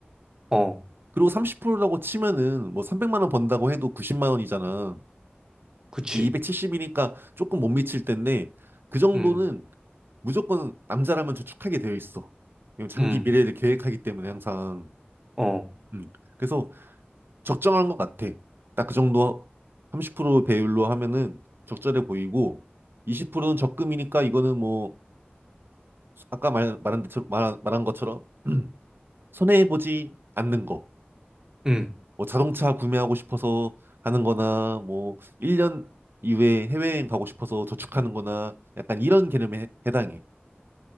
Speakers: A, on the right (about 20°); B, on the right (about 60°).
A: 어,
B: 그리고 30%라고 치면은 뭐 300만 원 번다고 해도 90만 원이잖아.
A: 그치.
B: 270이니까 조금 못 미칠 텐데 그 정도는
A: 음,
B: 무조건 남자라면 저축하게 되어 있어. 왜냐면 장기
A: 음,
B: 미래를 계획하기 때문에 항상.
A: 어,
B: 음. 그래서 적정한 것 같아. 딱 그 정도 30% 배율로 하면은 적절해 보이고 20%는 적금이니까 이거는 뭐 아까 말, 말한 대처럼 말, 말한 것처럼 <clears throat> 손해해 보지 않는 거.
A: 음.
B: 뭐 자동차 구매하고 싶어서 하는 거나 뭐 1년 이후에 해외여행 가고 싶어서 저축하는 거나 약간 이런 개념에 해- 해당해.